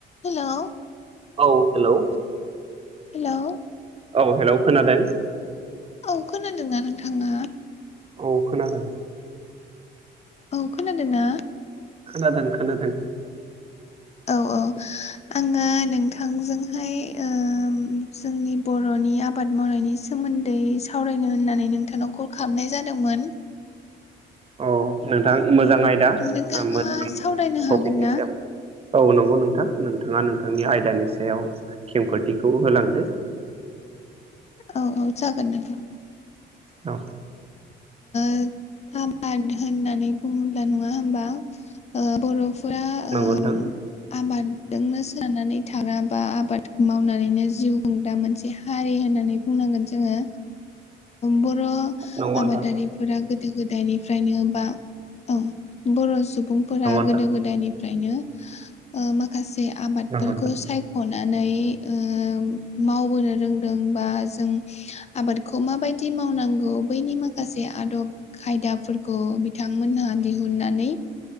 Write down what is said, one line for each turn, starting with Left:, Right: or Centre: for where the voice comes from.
Left: hello
Right: औ hello
Left: hello
Right: औ hello खोनादों
Left: औ खोनादोंना नोंथाङा
Right: औ खोनादों
Left: औ खोनादों ना
Right: खोनादों खोनादों
Left: औ औ आङो नोंथांजोंहाय ओम जोंनि बर'नि आबाद मावनायनि सोमोन्दै सावरायनो होननानै नोंथांनाव कल खालामनाय जादोंमोन
Right: औ नोंथां मोजां आयदा
Left: नोंथाङा
Right: मोजां
Left: सावरायनो हागोन
Right: टपिकनि
Left: ना
Right: सायाव औ नंगौ नोंथां नोंथाङा नोंथांनि आयदानि सायाव खेंफोथिखौ होलांदो
Left: औ औ जागोन नोंथां
Right: औ
Left: ओ आबाद होननानै बुङोब्ला नङा होनबा बर' फोरा ओ
Right: नंगौ नोंथां
Left: आबादजोंनो सोनानै थाग्रा बा आबादखौ मावनानैनो जिउ खुंग्रा मोनसे हारि होननानै बुंनांगोन जोङो बर बर'
Right: नंगौ
Left: आबादारिफोरा
Right: नोंथां
Left: गोदो गोदायनिफ्रायनो बा औ बर' सुबुंफोरा
Right: नंगौ नोंथां
Left: गोदो गोदायनिफ्रायनो माखासे आबादफोरखौ
Right: नंगौ नोंथां
Left: साय नानै ओ मावबोनो रोंदों बा जों आबादखौ माबायदि मावनांगौ बैनि माखासे आदब खायदा बिथांमोनहा दिहुननानै